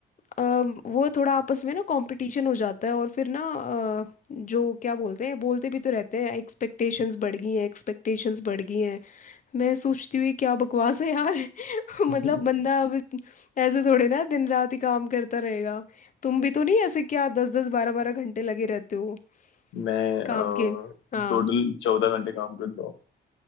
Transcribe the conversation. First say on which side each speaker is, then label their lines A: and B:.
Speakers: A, on the left; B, on the left.
A: अ, वो थोड़ा आपस में ना कंपटीशन हो जाता है और फिर ना अ, जो क्या बोलते हैं बोलते भी तो रहते हैं एक्सपेक्टेशंस बढ़ गई हैं एक्सपेक्टेशंस बढ़ गई हैं मैं सोचती हुई क्या बकवास है यार <laughs>
B: <laughs>
A: मतलब बंदा अब ऐसे थोड़े ना दिन रात ही काम करता रहेगा तुम भी तो नहीं ऐसे क्या दस दस बारह बारह घंटे लगे रहते हो
B: मैं
A: काम के हाँ
B: टोटल चौदह घंटे काम करता हूँ